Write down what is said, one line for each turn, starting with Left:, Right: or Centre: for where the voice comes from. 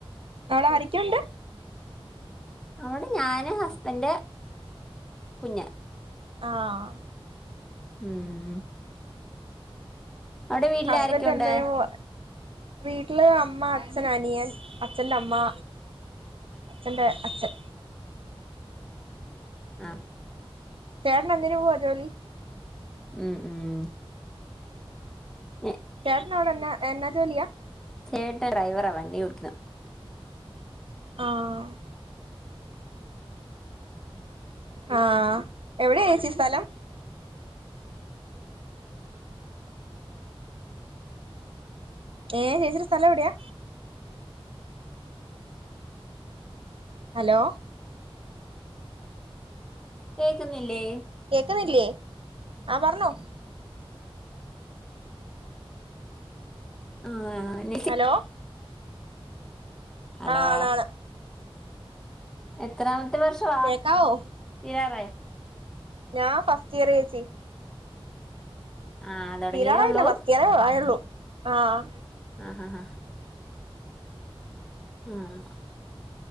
Right: അവിടെ ആരക്കെ ഉണ്ട്.
Centre: അവിടെ ഞാന് ഹസ്ബൻറ് കുഞ്ഞ.
Right: ആഹ്.
Centre: ഉം. അവിടെ വീട്ടിൽ
Right: ഹസ്ബെന്റ്
Centre: ആരൊക്കെ ഉണ്ട്
Right: എന്തെയ്യുവാ. വീട്ടില് അമ്മ അച്ഛൻ അനിയൻ അച്ഛന്റമ്മ. അച്ഛന്റെ അച്ഛൻ.
Centre: ആഹ്.
Right: ചേട്ടന് എന്തിന് പോവ ജോലി.
Centre: ഉം ഉം. ഞ-
Right: ചേട്ടനവിടെ എന്ന എന്നാ ജോലിയാ.
Centre: ചേട്ട ഡ്രൈവറാ വണ്ടി ഓടിക്കുന്ന്.
Right: ആഹ് ആഹ് എവിടെ ചേച്ചി സ്ഥലം. ഏ ചേച്ചിടെ സ്ഥലം എവിടെയാ. ഹലോ.
Centre: കേക്കുന്നില്ലേ.
Right: കേക്കുന്നില്ലേ ആഹ് പറഞ്ഞോ.
Centre: ആഹ് നി
Right: ഹലോ
Centre: ഹലോ
Right: ആ ആണാണ്.
Centre: എത്രാമത്തെ വർഷവാ
Right: കേക്കാവോ
Centre: തീരാറായൊ.
Right: ഞാൻ ഫസ്റ്റ് ഇയർ ചേച്ചി.
Centre: ആ തുടങ്ങിയതേ
Right: തീരാറായില്ല.
Centre: ഉള്ളൂ
Right: ഫസ്റ്റ് ഇയറെ ആയൊള്ളു ആഹ്
Centre: ആഹഹ ആഹ്